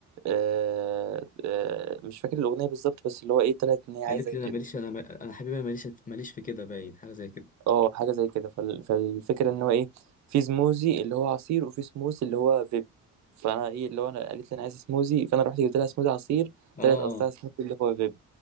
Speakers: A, on the right (about 65°); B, on the left (about 25°).
A: آه آه مش فاكر الاغنيه بالظبط بس اللي هو ايه طلعت ان هي عايزه
B: قالت
A: كده
B: لي انا ماليش انا ما- انا حبيبي أنا ماليش ماليش في كده باين حاجه زي كده
A: اه حاجه زي كده فال... فالفكره ان هو ايه في سموزي اللي هو عصير وفي سموزي اللي هو فيب فانا ايه اللي هو انا قالت لي انا عايزه سموزي فانا رحت جبت لها سموزي عصير
B: اه
A: طلعت قصدها سموزي اللي هو فيب